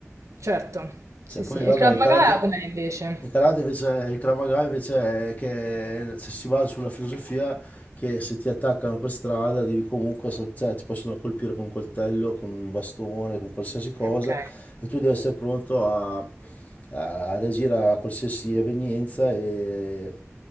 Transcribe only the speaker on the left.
Cioè
poi
vabbè,
il
karate...
Il karate invece, il Krav Maga invece è che cioè, si basa sulla filosofia che se ti attaccano per strada devi comunque, se- cioè, ti possono colpire con un coltello, con un bastone, con qualsiasi cosa
e tu devi essere pronto a, a reagire a qualsiasi evenienza e,